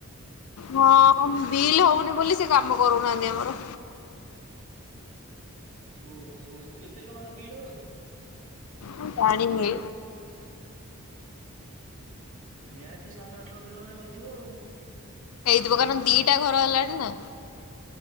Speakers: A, on the left; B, on the right.
A: ହଁ ବିଲ୍ ହଉନି ବୋଲି ସେ କାମ କରୁନାହାନ୍ତି ଆମର।
B: ଓହୋ କେତେ ଟଙ୍କାର ବିଲ ହବ କି?
A: ମୁଁ ଜାଣିନି।
B: ନିହାତି ସାତ ଆଠ ଲକ୍ଷ ଟଙ୍କାରେ ହେଇଥିବ ଆଉ।
A: ହେଇଥିବ କାରଣ ଦିଟା ଘର ହେଲାଣି ନା।